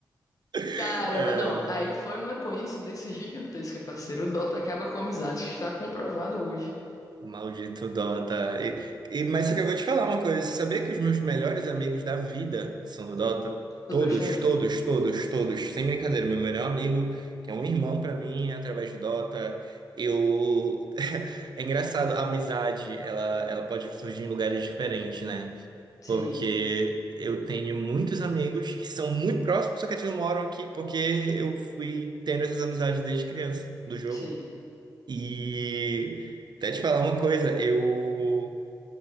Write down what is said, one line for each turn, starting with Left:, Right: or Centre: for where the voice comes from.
Right: <laughs>
Left: Caramba, não, aí foi uma coincidência gigantesca, parceiro. O Dota acaba com amizades, está comprovado hoje.
Right: Maldito Dota. E, e- mas só que eu vou te falar uma coisa. Você sabia que os meus melhores amigos da vida são do Dota?
Left: Os
Right: Todos,
Left: meus também.
Right: todos, todos, todos. Sem brincadeira. Meu melhor amigo, que é um irmão pra mim, é através do Dota. Eu... <laughs> É engraçado, a amizade, ela, ela pode surgir em lugares diferentes, né?
Left: Sim,
Right: Porque eu tenho muitos amigos que são muito próximos, só que eles não moram aqui, porque eu fui tendo essas amizades desde criança, do jogo.
Left: sim.
Right: E até te falar uma coisa, eu,